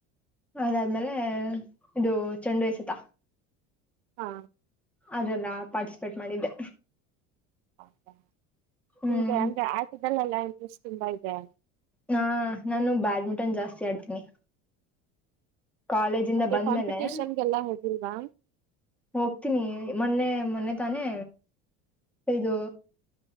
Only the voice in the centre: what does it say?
ಅದಾದ್ಮೇಲೆ ಇದು ಚೆಂಡು ಎಸತ
ಅದೆಲ್ಲ ಪಾರ್ಟಿಸಿಪೇಟ್ ಮಾಡಿದ್ದೆ
ಹ್ಮ್
ಹಾ ನಾನು ಬ್ಯಾಡ್ಮಿಂಟನ್ ಜಾಸ್ತಿ ಆಡ್ತೀನಿ ಕಾಲೇಜಿಂದ
ಬಂದ್ಮೇಲೆ
ಹೋಗ್ತೀನಿ ಮೊನ್ನೆ ಮೊನ್ನೆ ತಾನೇ ಇದು